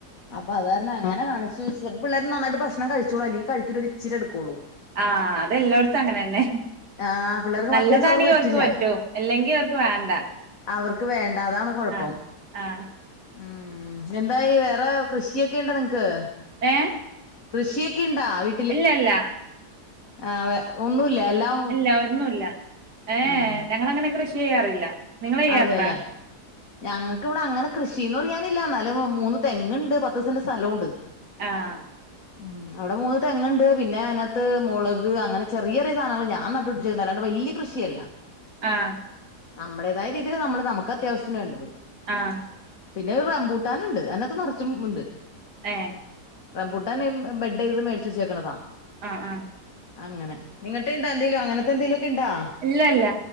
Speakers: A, on the left; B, on the right.
A: അപ്പ അതാരണം അങ്ങനെ കാണിച്ച് വച്ച് പിള്ളേര് നന്നായിട്ട് ഭക്ഷണം കഴിച്ചോളൂ അല്ലെങ്കി കഴിക്കി ഇച്ചിരി എടുക്കള്ളൂ
B: ആഹ് അതെല്ലടത്തും അങ്ങനെന്നെ
A: ആഹ് പിള്ളേർക്ക്
B: നല്ലതാണെങ്കിൽ
A: മറ്റേ ചോറ് പറ്റില്ല
B: അവർക്ക് പറ്റും അല്ലെങ്കി അവർക്ക് വേണ്ട
A: അവർക്ക് വേണ്ടാതാണ് കൊഴപ്പം
B: ആഹ് ആഹ്
A: ഉം എന്താ വേറെ കൃഷിയൊക്കെ ഉണ്ടോ നിങ്ങക്ക്
B: ഏഹ്
A: കൃഷിയൊക്കെ ഉണ്ടാ വ്
B: ഇല്ലല്ല
A: ആഹ് വെ ഒന്നുല്ല എല്ലാം
B: ഇല്ല ഒന്നുല്ല ഏഹ്
A: ആഹ്
B: ഞങ്ങളങ്ങനെ കൃഷി ചെയ്യാറില്ല നിങ്ങള് ചെയ്യാറുണ്ടാ
A: അതെല്ലേ ഞങ്ങൾക്ക് വിടെ അങ്ങനെ കൃഷിന്ന് പറയാനില്ല ന്നാലേ മൂന്ന് തെങ്ങ്ണ്ട് പത്ത് സെന്റ് സ്ഥലോണ്ട്
B: ആഹ്
A: ഉം അവിടെ മൂന്ന് തെങ്ങണ്ട് പിന്നെ അതിനത്ത് മുളക് അങ്ങനെ ചെറിയ ചറിയ സാധനങ്ങൾ ഞാ നട്ട് പിടിച്ചിരുന്നു അല്ലാണ്ട് വല്യ കൃഷിയല്ല
B: ആഹ്
A: നമ്മുടെേതായ രീതിൽ നമ്മള് നമുക്ക് അത്യാവ്യത്തിന് വേണ്ടത്
B: ആഹ്
A: പിന്നെ ഒരു റംമ്പൂട്ടൻണ്ട് അതിനകത്ത് നിറച്ചും ഉണ്ട്
B: ഏഹ്
A: റംബൂട്ടാൻ ബെഡ്യ്ത് മേടിച്ച് വച്ചേക്കണതാ
B: ആഹ് ആഹ്
A: അങ്ങനെ നിങ്ങട്ടണ്ടോ എന്തേലും അങ്ങനത്തെ എന്തെലു ഒക്കെ ഉണ്ടോ
B: ഇല്ല ഇല്ല